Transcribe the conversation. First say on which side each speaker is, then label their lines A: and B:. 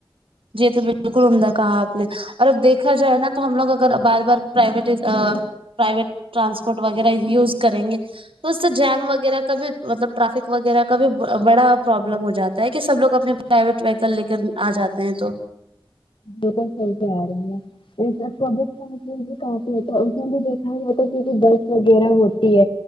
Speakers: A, on the right; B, on the left.
A: جی تو بالکل عمدہ کہا آپ نے اور اب دیکھا جائے نا تو ہم لوگ اگر بار بار پرائیویٹ پرائیویٹ ٹرانسپورٹ وغیرہ یوز کریں گے تو اس سے جیم وغیرہ کا بھی مطلب ٹرافک وغیرہ کا بھی بڑا پرابلم ہو جاتا ہے کہ سب لوگ اپنے پرائیویٹ وہیکل لے کر آ جاتے ہیں تو
B: بالکل صحیح کہہ رہی ہیں اپ <unintelligible> میں بھی دیکھا جاتا ہے کیونکہ برف وغیرہ ہوتی ہے